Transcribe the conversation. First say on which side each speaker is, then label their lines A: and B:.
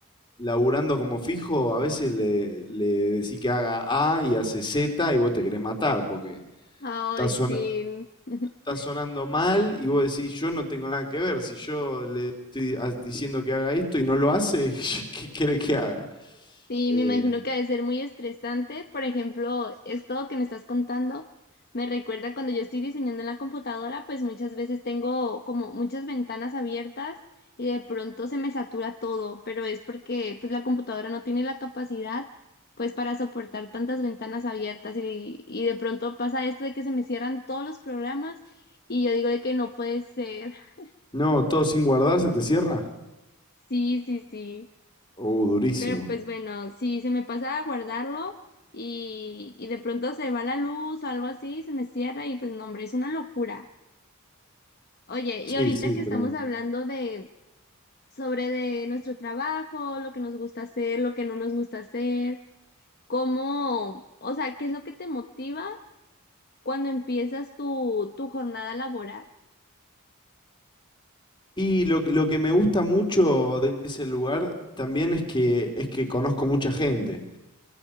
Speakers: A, on the left; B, on the left.
A: laburando como fijo, a veces le, le decís que haga A y hace Z y vos te querés matar porque
B: Ay,
A: está, sona-
B: sí. <laughs>
A: está sonando mal y vos decís, yo no tengo nada que ver. Si yo le estoy a- diciendo que haga esto y no lo hace, <laughs> ¿qué querés que haga?
B: Sí,
A: Eh,
B: me imagino que ha de ser muy estresante. Por ejemplo, esto que me estás contando me recuerda cuando yo estoy diseñando en la computadora, pues muchas veces tengo como muchas ventanas abiertas y de pronto se me satura todo, pero es porque pues la computadora no tiene la capacidad pues para soportar tantas ventanas abiertas y, y de pronto pasa esto de que se me cierran todos los programas y yo digo de que no puede ser. <laughs>
A: no, todo sin guardar se te cierra.
B: Sí, sí, sí.
A: Uh, durísimo.
B: Pero pues bueno, si se me pasa a guardarlo y, y de pronto se va la luz o algo así, se me cierra y pues no, hombre, es una locura. Oye, y
A: Sí,
B: ahorita
A: sí,
B: que
A: tremendo.
B: estamos hablando de sobre de nuestro trabajo, lo que nos gusta hacer, lo que no nos gusta hacer, cómo, o sea, ¿qué es lo que te motiva cuando empiezas tu, tu jornada laboral?
A: Y lo, que- lo que me gusta mucho de ese lugar también es que es que conozco mucha gente.